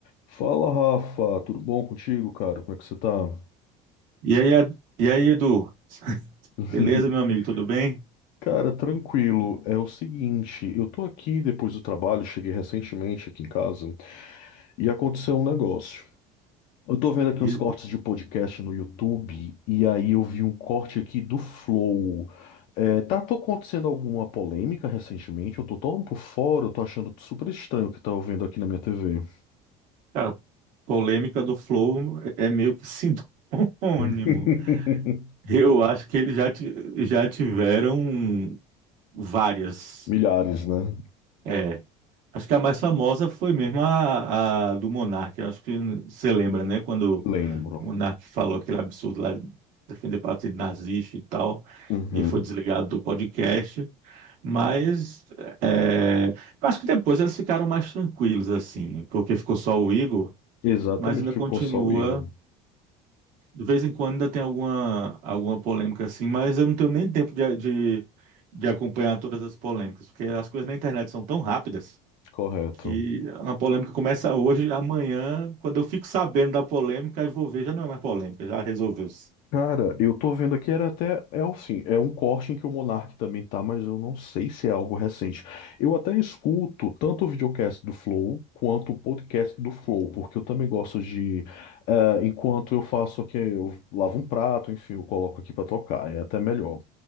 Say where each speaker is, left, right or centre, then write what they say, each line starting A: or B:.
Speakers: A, on the left; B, on the right.
A: Fala, Rafa, tudo bom contigo, cara? Como é que você tá?
B: E aí, Ed- e aí, Edu? <laughs>
A: <laughs>
B: Beleza, meu amigo? Tudo bem?
A: Cara, tranquilo. É o seguinte, eu tô aqui depois do trabalho, cheguei recentemente aqui em casa e aconteceu um negócio. Eu tô vendo aqui
B: E,
A: uns cortes de podcast no YouTube e aí eu vi um corte aqui do Flow. É, tá tô acontecendo alguma polêmica recentemente? Eu tô tão por fora, eu tô achando super estranho o que tá vendo aqui na minha TV.
B: Cara, polêmica do Flow é é meio que <laughs> sinônimo.
A: <laughs>
B: Eu acho que eles já, ti- já tiveram várias.
A: Milhares, né?
B: É, acho que a mais famosa foi mesmo a, a do Monark. Eu Acho que você lembra, né? Quando
A: Lembro.
B: o Monark falou aquele absurdo lá de defender partido nazista e tal,
A: Uhum.
B: e foi desligado do podcast. Mas é, eu acho que depois eles ficaram mais tranquilos, assim, porque ficou só o Igor,
A: Exatamente,
B: mas ainda
A: ficou
B: continua.
A: só o Igor.
B: De vez em quando ainda tem alguma, alguma polêmica assim, mas eu não tenho nem tempo de, de, de acompanhar todas as polêmicas, porque as coisas na internet são tão rápidas
A: Correto.
B: que uma polêmica começa hoje, amanhã, quando eu fico sabendo da polêmica, eu vou ver, já não é mais polêmica, já resolveu-se.
A: Cara, eu tô vendo aqui, era até, é assim, é um corte em que o Monark também tá, mas eu não sei se é algo recente. Eu até escuto tanto o videocast do Flow quanto o podcast do Flow, porque eu também gosto de, eh, enquanto eu faço aqui, eu lavo um prato, enfim, eu coloco aqui pra tocar, é até melhor.